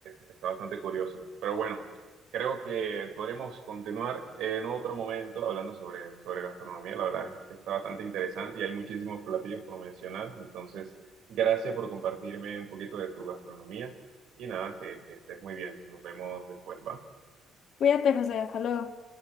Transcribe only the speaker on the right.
que está bastante curioso. Pero bueno, creo que podremos continuar en otro momento hablando sobre, sobre gastronomía. La verdad es que está bastante interesante y hay muchísimos platillos por mencionar. Entonces, gracias por compartirme un poquito de tu gastronomía y nada, que, que estés muy bien. Nos vemos después, ¿va?